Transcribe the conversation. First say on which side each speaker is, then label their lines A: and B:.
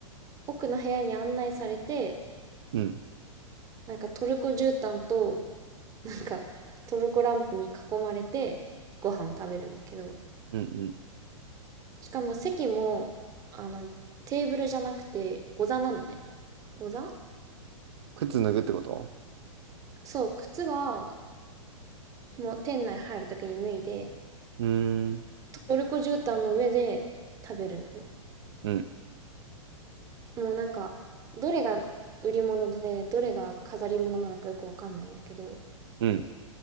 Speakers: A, on the right; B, on the right.
A: 奥の部屋に案内されて、
B: うん、
A: なんかトルコ絨毯と、なんかトルコランプに囲まれて、ご飯を食べるんだけど、
B: うん、うん。
A: しかも席も、あの、テーブルじゃなくて、ご座なのね。ご座？
B: 靴脱ぐってこと
A: そう、靴は、もう店内入るときに脱いで、
B: うーん、
A: トルコ絨毯の上で食べるのよ。
B: うん、
A: もうなんか、どれが売り物で、どれが飾り物なのかよくわかんないんだけど、
B: うん、